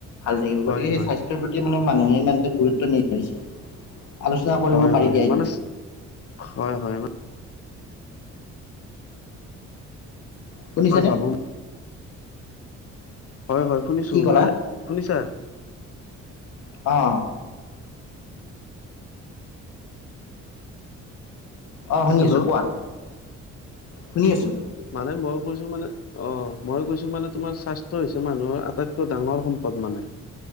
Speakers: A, on the left; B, on the left.
A: ভাল থাকিব গতিকে
B: হয়
A: সেই
B: হয়
A: স্বাস্থ্যৰ প্ৰতি মানে মানুহে ইমান এটা গুৰুত্ব নিদিয়া হৈছে। আলোচনা কৰিব
B: হয়
A: পাৰি
B: হয়
A: দিয়া এইটো।
B: মানে হয় হয় মানে
A: শুনিছানে
B: মই ভাবোঁ হয়, হয়, শুনিছোঁ
A: কি ক'লা?
B: মানে শুনিছা?
A: অ', অ' শুনি
B: হেল্ল'
A: আছো কোৱা, শুনি আছো।
B: মানে মই কৈছো মানে অ', মই কৈছো মানে তোমাৰ স্বাস্থ্য হৈছে মানুহৰ আটাইতকৈ ডাঙৰ সম্পদ সম্পদ মানে